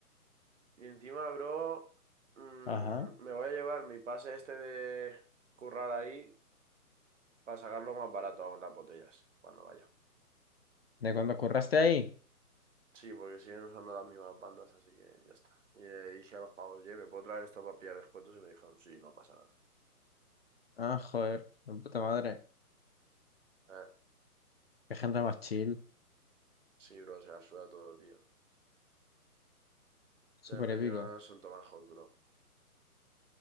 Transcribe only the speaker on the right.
Y encima, bro, mm,
me voy a llevar mi pase este de currar ahí para sacarlo más barato aún las botellas cuando vaya.
Sí, porque siguen usando las mismas bandas, así que ya está. Y le dije a los pavos, oye, ¿me puedo traer esto para pillar descuentos? Y me dijeron, sí, no pasa nada.
Eh,
sí, bro, se la suda todo, tío. O
sea, Peña
son tomajos, bro.